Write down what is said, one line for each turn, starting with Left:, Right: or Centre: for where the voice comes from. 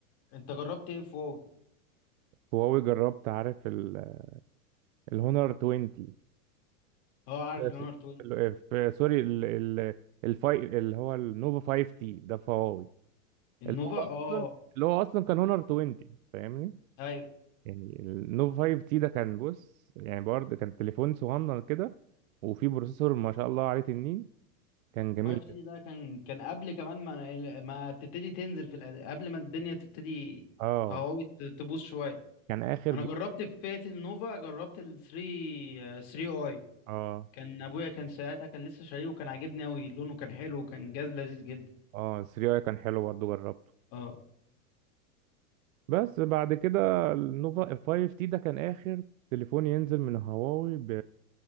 Left: انت جربت ايه فوق
Right: هواوي جربت عارف ال- الهونر 20
Left: اه عارف
Right: في
Left: الاونر 12
Right: في- سوري ال- ال- الفاي اللي هو النوفا 5 تي ده في هواوي
Left: النوفا
Right: اللي هو
Left: اه
Right: اصلا اللي هو اصلا كان هونر 20 فاهمني
Left: ايوه
Right: يعني النوف 5 تي ده كان بص يعني برضه كان تليفون صغنن كده وفيه بروسيسور ما شاء الله عليه تنين كان جميل
Left: 5 تي
Right: جدا
Left: ده كان كان قبل كمان ما أنا- إيه، ما بتبتدي تنزل في الأد- قبل ما الدنيا تبتدي
Right: اه
Left: في هواوي ت- تبوظ شويه
Right: كان اخر
Left: انا
Right: جي...
Left: جربت في فئه النوفا جربت ال 3 3 اي
Right: اه
Left: كان ابويا كان ساعتها كان لسه شاريه وكان عاجبني قوي لونه كان حلو وكان جهاز لذيذ جدا
Right: اه 3 اي كان حلو برضه جربته
Left: اه
Right: بس بعد كده النوفا 5 تي ده كان اخر تليفون ينزل من هواوي ب...